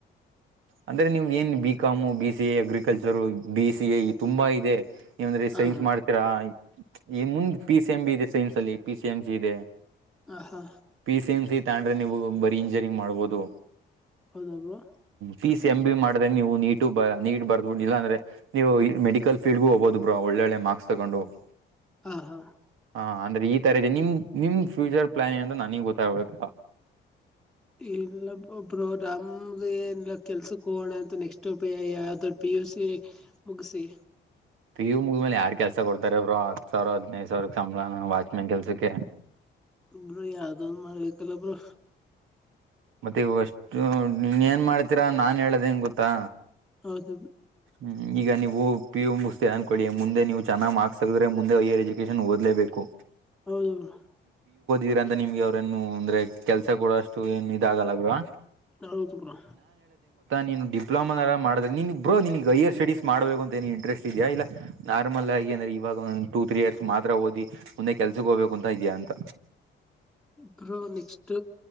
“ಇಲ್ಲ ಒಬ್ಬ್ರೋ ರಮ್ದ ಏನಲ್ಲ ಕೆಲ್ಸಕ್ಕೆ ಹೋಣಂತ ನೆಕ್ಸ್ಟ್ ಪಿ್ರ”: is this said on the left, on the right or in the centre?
Centre